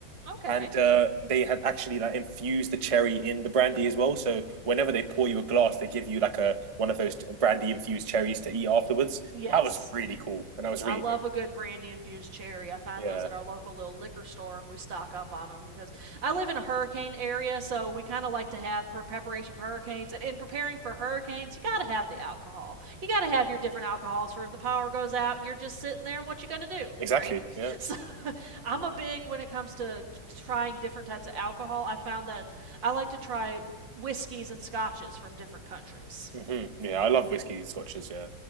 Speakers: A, on the right (about 70°); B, on the right (about 40°).
A: Okay.
B: and uh, they had actually like infused the cherry in the brandy as well. So whenever they pour you a glass, they give you like a one of those brandy infused cherries to eat afterwards.
A: Yes.
B: That was really cool, and that was
A: I
B: really
A: love
B: tasty.
A: a good brandy infused cherry. I find
B: Yeah,
A: those at our local little liquor store and we stock up on them because I live in a hurricane area, so we kind of like to have for preparation for hurricanes. And in preparing for hurricanes, you got to have the alcohol. You got to have your different alcohols for if the power goes out and you're just sitting there, what you going to do?
B: <laughs> exactly.
A: Drink.
B: Yeah,
A: So <laughs> I'm a big when it comes to trying different types of alcohol. I found that I like to try whiskeys and scotches from different countries.
B: hmm yeah. I love whiskey and scotches. Yeah,